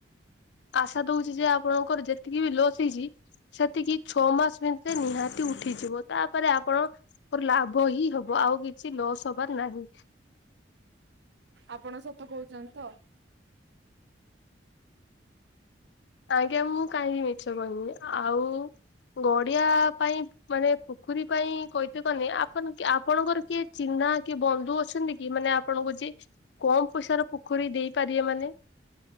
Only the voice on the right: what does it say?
ଆପଣ ସତ କହୁଚନ୍ତି ତ?